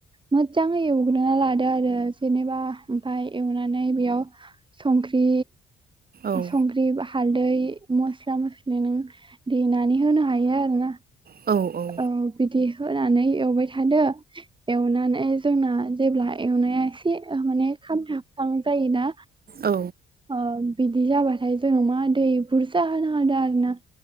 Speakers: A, on the right; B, on the right.
A: मोजाङै एवग्रोना लादो आरो जेनेबा ओमफाय एवनानै बेयाव संख्रि
B: औ
A: सं ख्रि हाल्दै मस्ला मस्लि नों देनानै होनो हायो आरोना
B: औ औ
A: औ बिदि होनानै एवबाय थादो एवनानै जोंना जेब्ला एवनाया एसे माने खामथाबखां जायोना
B: औ
A: ओ बिदि जाबाथाय जोङो मा दै बुरजा होनो हादों आरो ना